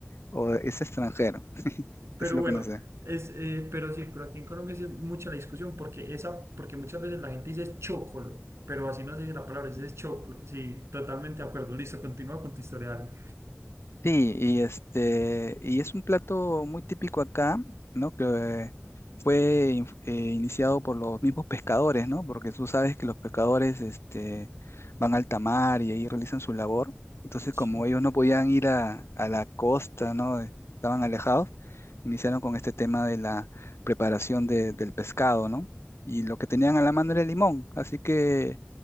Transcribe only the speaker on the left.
o es extranjero. <laughs>
Es lo
que no sé.
Sí, y este, y es un plato muy típico acá, ¿no? Que fue in- eh, iniciado por los mismos pescadores, ¿no? Porque tú sabes que los pescadores, este, van al tamar y ahí realizan su labor. Entonces,
como ellos no podían ir a, a la costa, ¿no? de- Estaban alejados, iniciaron con este tema de la preparación de- del pescado, ¿no? Y lo que tenían a la mano era el limón, así que